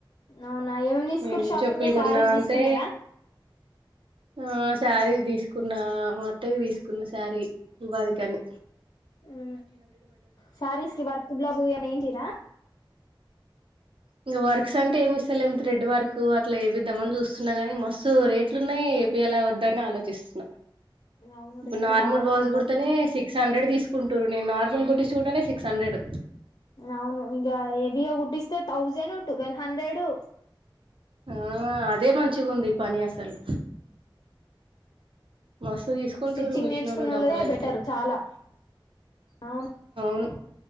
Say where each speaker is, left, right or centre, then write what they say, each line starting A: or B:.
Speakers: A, on the left; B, on the right.
A: అవునా ఏమేమి తీసుకురు
B: ఏం
A: షాపింగ్
B: చెప్పులు
A: లో
B: కొన్నా
A: శారీస్ తీసుకున్నారా
B: అంటే ఆ సారి తీస్ కున్న మా అత్త కి తీసుకున్న శారీ ఉగాది కానీ
A: ఉ సారీస్కి వర్క్ బ్లౌస్ ఏన్ మన్నా ఎంచిన్ర్ర్
B: ఇంకా వర్క్స్ అంటే ఏమి ఇస్తలే ఏం థ్రెడ్ వర్క్ అట్లా ఏమిద్దామని చూస్తున్నా గాని మస్స్తు రేట్లు ఉన్నాయి ఏపి ఎలా వద్దని ఆలోచిస్తున్నా
A: అవును
B: ఇప్పుడు
A: రేట్లు
B: నార్మల్
A: బాగున్నాయి
B: బ్లౌజ్
A: ప్రతి
B: కుడితేనే
A: దానికి
B: సిక్స్ హండ్రెడ్ తీసుకుంటారు నేను నార్ల్ మల్ని గుట్ంచుకుంటనే సిక్స్ హండ్రెడ్
A: అవును ఇగ హెవీగా కుుటిస్తే థౌజన్ ట్వెల్వ్ హండ్రెడు
B: ఆ అదే మంచిగా ఉంది పని అసలు మస్తు తీసుకుంటూరు
A: స్టిచ్చింగ్
B: మిషన్
A: నేర్చుకున్న
B: ఒళ్ళు డబ్బులుయితే
A: వాళ్ళదే బెటర్ చాలా అవును
B: అవును